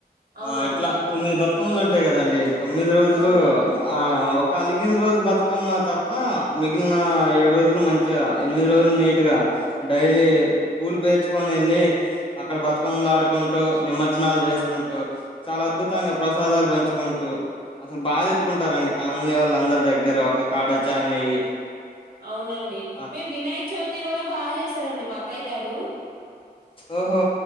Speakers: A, on the right (about 60°); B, on the left (about 30°).
A: అవునండి
B: ఆ ఇట్లా
A: అవును
B: తొమ్మిది బతుకమ్మలు ఉంటాయి కదండి తొమ్మిది రోజులు
A: అవునండి
B: ఆ కలిగిన రోజు బతుకమ్మ తప్ప మిగిలిన ఏడు రోజులు మంచిగా ఎనిమిది రోజులు నీట్గ డైలీ పూలు పేర్చుకొని వెళ్ళి అక్కడ బతుకమ్మలు ఆడుకుంటూ నిమజ్జనాలు చేసుకు కుంటూ చాలా అద్భుతంగా ప్రసాదాలు పంచుకుంటూ అసలు బాగా జరుపుకుంటారంండి కాలనీ వాళ్ళ అందరు దగ్గర ఒక కాడ వచ్చి జాయిన్ అయ్యి
A: అవునండి
B: అట్
A: మేము వినాయక చవితి కూడా బాగా చేస్తారండి మాత్తయ్య గారు
B: ఓహో